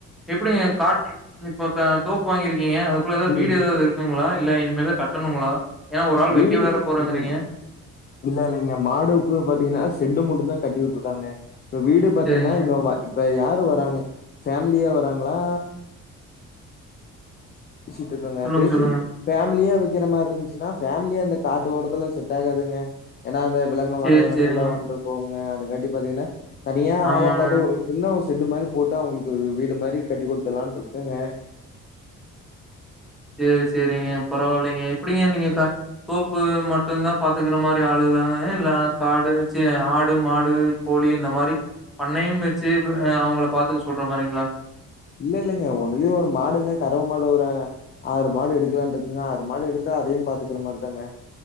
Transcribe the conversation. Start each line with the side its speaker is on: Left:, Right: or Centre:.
Centre: எப்டிங்க காட் இப்போ க தோப்பு வாங்கி இருக்கீங்க அதுக்குள்ள ஏதாது
Left: ம்
Centre: வீடு ஏதாது இருக்குங்களா இல்ல இனிமே தா கட்டணுங்களா ஏன்னா ஒரு ஆள்
Left: வீடு
Centre: வைக்க வேற போறேங்குரீங்க
Left: ம் இல்ல இல்லைங்க மாடுக்கு பாத்தீங்கன்னா செட்டு மட்டுந்தா கட்டிவுட்ருக்காங்க இப்ப வீடு பாத்தீங்கன்னா
Centre: சரிங்க.
Left: இன்னு இப்ப யாரு வராங்க ஃபேமிலியா வராங்ளா பேசிட்ருக்கங்க
Centre: சொல்லுங்க,
Left: பேசி
Centre: சொல்லுங்க.
Left: ஃபேமிலியா வைக்கற மாரி இருஞ்ச்சுன்னா ஃபேமிலியா அந்த காட்டோரத்துல செட் ஆகாதுங்க ஏன்னா அந்த விலங்கும்
Centre: சரி,
Left: வன விலங்கு
Centre: சரிங்க.
Left: எல்லாம் வந்ட்டு போவுங்க அதுக்காண்டி பாத்தீங்கன்னா தனியா
Centre: ஆமாங்க.
Left: ஆள பாத்து ஒரு சின்ன ஒரு ஷெட்டு மாரி போட்டு அவுங்களுக்கு வீடு மாரி கட்டி குடுத்துரலான் இருக்குங்க
Centre: சேரி சேரிங்க பரவால்லைங்க எப்டிங்க நீங்க க ப்பு மட்டும்தான் பாத்துக்குற மாரி ஆளுங்கலா இல்ல காடு சீ ஆடு மாடு கோழி இந்த மாரி பண்ணையம் வெச்சு அவுங்கள பாத்துக்க சொல்ற மாரிங்ளா
Left: இல்ல இல்லங்க ஒன்லி ஒரு மாடுங்க கரவ மாடு வரு ஆறு மாடு எடுக்கலான் இருக்கங்க ஆறு மாடு எடுத்தா அதையு பாத்துக்குற மாரிதாங்க